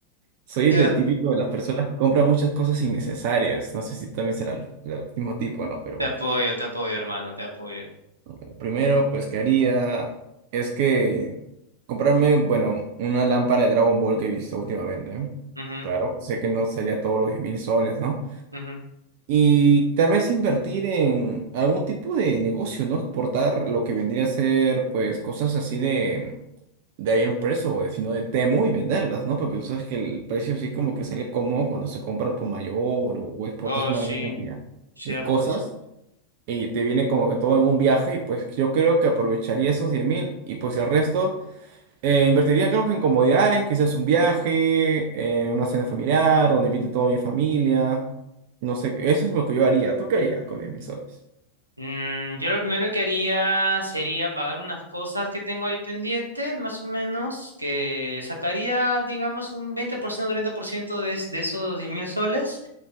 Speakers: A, on the right; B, on the right.
A: Soy
B: Ya.
A: el del típico de las personas que compran muchas cosas innecesarias. No sé si también será el, el mismo tipo, ¿no? Pero
B: Te
A: bueno.
B: apoyo, te apoyo, hermano, te apoyo.
A: Lo primero, pues, que haría es que comprarme, bueno, una lámpara de Dragon Ball que he visto últimamente. ¿eh?
B: Ujú,
A: Claro, sé que no sería todos los diez mil soles, ¿no?
B: ujú.
A: Y tal vez invertir en algún tipo de negocio, ¿no? Exportar lo que vendría a ser, pues, cosas así de, de Iron Press o de, sino de Temu y venderlas, ¿no? Porque tú sabes que el precio sí como que sale cómodo cuando se compra al por mayor o, o exportas
B: Oh,
A: una
B: sí,
A: gran cantidad
B: cierto.
A: de cosas y te viene como que todo en un viaje y pues yo creo que aprovecharía esos diez mil y pues el resto eh, invertiría creo que en comodidades, quizás un viaje, eh, una cena familiar, donde invite toda mi familia. No sé, eso es lo que yo haría. ¿Tú qué harías con diez mil soles?
B: Mm, yo lo primero que haría sería pagar unas cosas que tengo ahí pendiente, más o menos, que sacaría, digamos, un 20% o 30% de, es- de esos 10 mil soles.